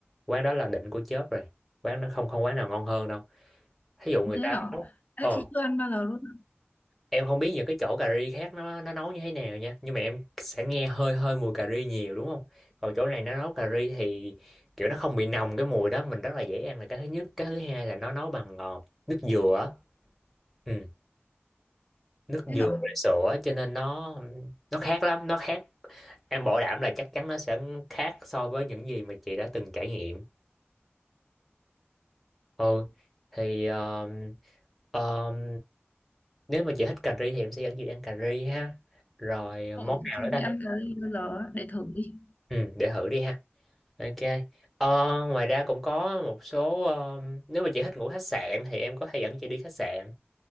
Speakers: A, in the centre; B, on the left (about 35°).
A: quán đó là đỉnh của chớp rồi quán nó không không quán nào ngon hơn đâu thí dụ người
B: Thế
A: ta
B: hả?
A: nấu
B: Thế
A: ờ
B: chị chưa ăn bao giờ luôn.
A: em không biết những cái chỗ cà ri khác nó nó nấu như thế nào nha nhưng mà em sẽ nghe hơi hơi mùi cà ri nhiều đúng không còn chỗ này nó nấu cà ri thì kiểu nó không bị nồng cái mùi đó mình rất là dễ ăn là cái thứ nhất cái thứ hai là nó nấu bằng ờ, nước dừa á. ừ, nước
B: Thế hả?
A: dừa với sữa cho nên nó nó khác lắm nó khác Em bảo đảm là chắc chắn nó sẽ khác so với những gì mà chị đã từng trải nghiệm. Ừ, thì um, um, nếu mà chị thích cà ri thì em sẽ dẫn chị đi ăn cà ri ha. Rồi ờ,
B: Ừ.
A: món
B: Chị
A: nào
B: chưa
A: nữa ta?
B: đi ăn cái bao giờ á, để thử đi.
A: Ừ, để thử đi ha. Ok. Ờ, ngoài ra cũng có một số um, nếu mà chị thích ngủ khách sạn thì em có thể dẫn chị đi khách sạn